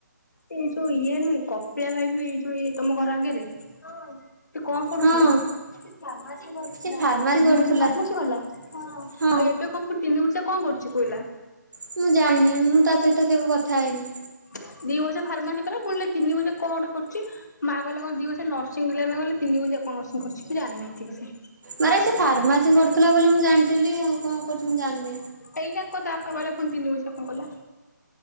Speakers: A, on the left (about 60°); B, on the right (about 70°).
A: ଏଇ ଯୋଉ ଇଏ ନୁହେଁ, କପ୍ ପିଆ ଭାଇ ନୁହେଁ, ଏଇଯୋଉ ଇଏ ତମ ଘର ଆଗରେ। ସେ କଣ ପଢୁଥିଲା?
B: ହଁ
A: ଦି
B: ସେ ଫାର୍ମାସି କରୁଥିଲା
A: ବର୍ଷ ଫାର୍ମାସି କଲା। ଆ
B: ହଁ
A: ଏବେ କଣ ପୁଣି ତିନି ବର୍ଷ ସେ କଣ କରୁଛି କୋଇଲା?
B: ମୁଁ ଜାଣି ମୁଁ ତା ସହିତ କେବେ କଥା ହେଇନି।
A: <inaudible> <inaudible>
B: ମାନେ ସେ ଫାର୍ମାସି କର୍ଥୁଲା ବୋଲି ମୁଁ ଜାଣ୍ ଥିଲି, ଆଉ କ'ଣ କରୁଚି ମୁଁ ଜା--ନି।
A: ଏଇଟା କ ତା ବାପା କହିଲା ପୁଣି ତିନି ବର୍ଷିଆ କଣ କଲା?